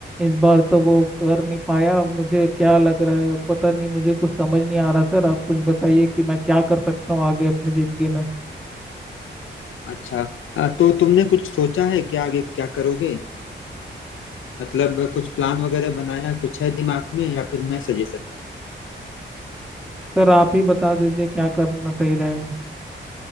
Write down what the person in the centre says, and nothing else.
इस बार तो वो कर नहीं पाया मुझे क्या लग रहा है पता नहीं मुझे कुछ समझ नहीं आ रहा सर आप कुछ बताइए कि मैं क्या कर सकता हूँ आगे अपनी ज़िंदगी में
सर आप ही बता दीजिए क्या करना सही रहेगा